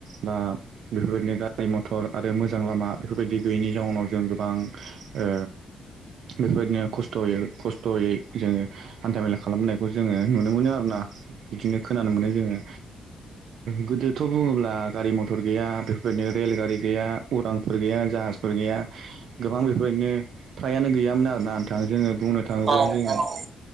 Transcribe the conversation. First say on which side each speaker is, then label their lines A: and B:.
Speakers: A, on the right (about 75°); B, on the right (about 45°).
A: बा बेफोरबायदिनो गारि मथर आरो मोजां मोजां लामा बेफोरबायदि गैयैनि जाउनाव जों गोबां ओ बेफोरबायदिनो खस्थ'यै खस्थ'यै जोङो हान्था मेला खालामबोनायखौ जोङो नुनो मोनो आरोना ना बिदिनो खोनानो मोनो जोङो गोदोथ' बुङोब्ला गारि मथर गैया बेबादिनो रेलगारि गैया उरांफोर गैया जाहाजफोर गैया गोबां बेफोरबायदिनो फ्राइयानो गैयामोन आरोना नोंथा जोङो बुंनो थाङोब्ला
B: औ नोंथां
A: जोङो
B: औ औ।